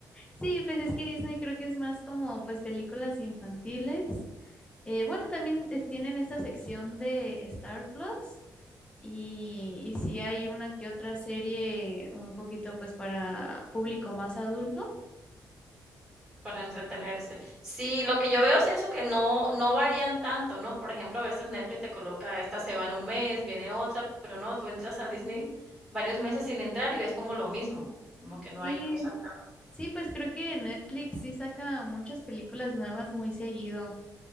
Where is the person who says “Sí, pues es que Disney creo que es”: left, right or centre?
Left